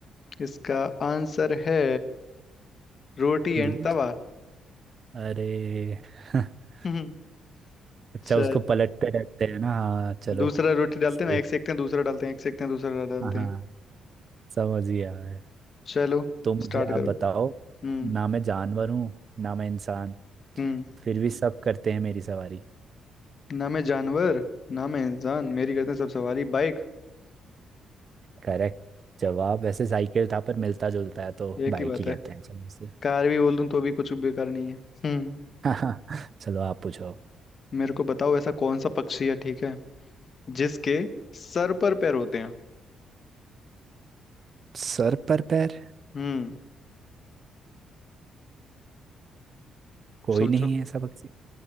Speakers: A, on the left; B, on the right.
A: इसका आंसर है रोटी
B: दूध
A: एंड तवा
B: अरे <laughs>
A: हम्म,
B: अच्छा
A: चल
B: उसको पलटते रहते हैं ना हाँ चलो
A: दूसरा रोटी डालते
B: सही
A: हैं ना एक सेकते हैं दूसरा डालते हैं एक सेकते हैं दूसरा डालते
B: हाँ हाँ
A: हैं
B: समझ गया मैं
A: चलो
B: तो मुझे
A: स्टार्ट करो
B: आप बताओ
A: हम्म
B: ना मैं जानवर हूँ ना मैं इंसान
A: हम्म
B: फिर भी सब करते हैं मेरी सवारी
A: ना मैं जानवर ना मैं इंसान मेरी करते हैं सब सवारी बाइक
B: करेक्ट जवाब वैसे साइकिल था पर मिलता जुलता है तो बाइक
A: एक ही बात
B: ही कहते
A: है
B: हैं चलो इसे।
A: कार भी बोल दूं तो भी कुछ बेकार नहीं है हम्म
B: <laughs> चलो आप पूछो अब।
A: मेरे को बताओ ऐसा कौन सा पक्षी है ठीक है जिसके सर पर पैर होते हैं
B: सर पर पैर
A: हम्म
B: कोई
A: सोचो
B: नहीं है ऐसा पक्षी